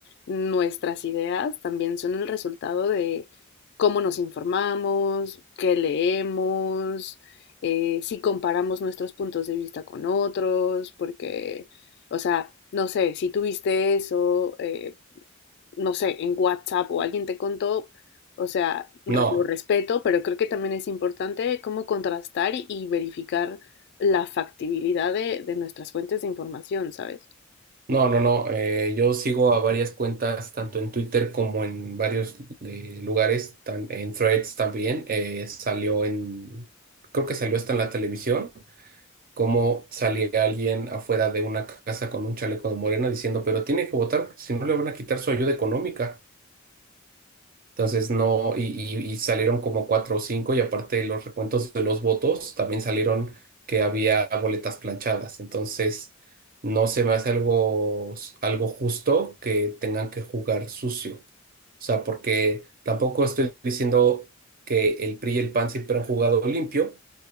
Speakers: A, on the left; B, on the right.
A: nuestras ideas también son el resultado de cómo nos informamos, qué leemos, eh, si comparamos nuestros puntos de vista con otros, porque, o sea, no sé, si tú viste eso, eh, no sé, en WhatsApp o alguien te contó, o sea, re-
B: No,
A: lo respeto, pero creo que también es importante cómo contrastar y, y verificar la factibilidad de, de nuestras fuentes de información, ¿sabes?
B: no, no, no. eh, yo sigo a varias cuentas, tanto en Twitter como en varios eh, lugares, tan- en Threads también. eh, salió en, creo que salió hasta en la televisión, como salía alguien afuera de una casa con un chaleco de Morena diciendo, pero tiene que votar, porque si no le van a quitar su ayuda económica. Entonces no, y, y- y salieron como cuatro o cinco, y aparte de los recuentos de los votos también salieron que había boletas planchadas. Entonces, no se me hace algo, algo justo que tengan que jugar sucio. O sea, porque tampoco estoy diciendo que el PRI y el PAN siempre han jugado limpio,